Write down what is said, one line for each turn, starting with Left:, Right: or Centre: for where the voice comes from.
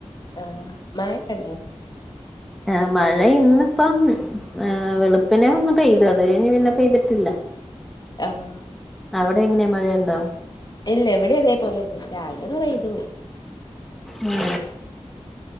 Left: ആഹ് മായൊക്കെണ്ടോ
Centre: ആഹ് മഴ ഇന്നിപ്പം വെളുപ്പിനെ ഒന്ന് പെയ്തു അത് കഴിഞ്ഞ് പിന്നെ പെയ്തിട്ടില്ല
Left: ആഹ്
Centre: അവിടെ എങ്ങനെയാ മഴയുണ്ടോ
Left: ഇല്ല എവിടെ അതേപോലെന്നെ രാവില ഒന്ന് പെയ്ത പോയി
Centre: ഉം